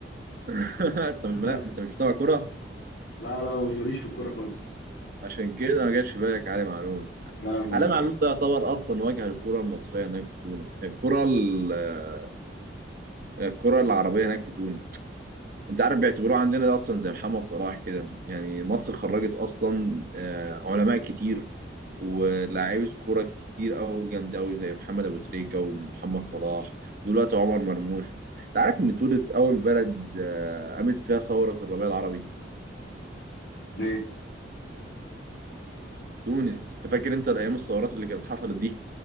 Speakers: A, on the right; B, on the left.
A: <laughs> انت مش
B: <laughs>
A: لا انت مش بتابع كرة
B: لا لا مش ماليش في الكوره خالص
A: عشان كده ما جاش في بالك علي معلول
B: لا ما
A: علي معلول ده يعتبر اصلا واجهة للكرة المصرية هناك في تونس الكرة ال- آه، الكرة العربية هناك في تونس انت عارف بيعتبروه عندنا ده اصلا زي محمد صلاح كده يعني مصر خرجت اصلا آه، علماء كتير ولاعيبة كرة كتير أوي جامدة أوي زي محمد أبو تريكة ومحمد صلاح ودلوقتي عمر مرموش انت عارف ان تونس اول بلد آه، قامت فيها ثورة الربيع العربي
B: ايه
A: تونس انت فاكر انت الايام الثورات اللي كانت حصلت دي